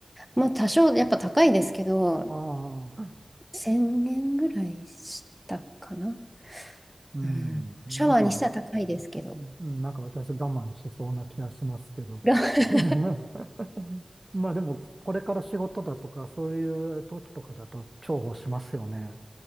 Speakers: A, in the centre; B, on the right.
A: まあ多少やっぱ高いですけど、
B: ああ、
A: 1000円ぐらいしたかな。
B: うん、
A: うん。
B: なんか、
A: シャワーにしたら高いですけど。
B: うんなんか私我慢しそうな気がしますけど。
A: が <laughs>
B: <laughs> まあでも、これから仕事だとか、そういう時とかだと重宝しますよね。